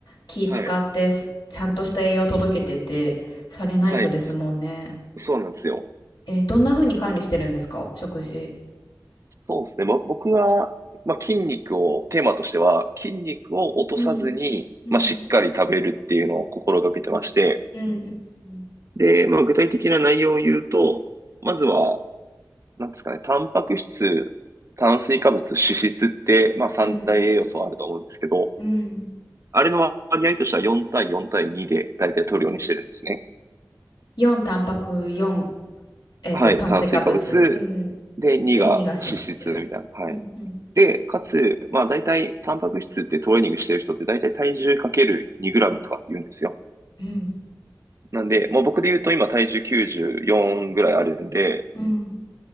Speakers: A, on the left (about 75°); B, on the right (about 40°).
A: 気使ってす、
B: はい。
A: ちゃんとした栄養届けてて、されないとですもんね。
B: はい。そ、そうなんですよ。
A: えーどんな風に管理してるんですか、食事。
B: そうですね。ぼ僕は、まあ、筋肉を、テーマとしては、筋肉を落とさずに、
A: うん。うん。
B: まあ、しっかり食べるっていうのを心がけてまして、
A: うん。うん。
B: で、まあ、具体的な内容を言うと、まずは、なんですかね、タンパク質、炭水化物、脂質って、まあ、三大栄養素あると思うんですけど、
A: うん。うん
B: あれの割合としては4対4対2で大体取るようにしてるんですね。
A: 4タンパク、4、えっと、
B: はい、
A: 炭水化物。
B: 炭水化物。
A: うん。
B: で、2が脂質みたいな。
A: で、2が脂質。
B: はい。
A: うん。うん。
B: で、かつ、まあ大体、タンパク質ってトレーニングしてる人って大体体重かける2グラムとかって言うんですよ。
A: うん。
B: なんで、もう僕で言うと今体重94ぐらいあるんで、
A: うん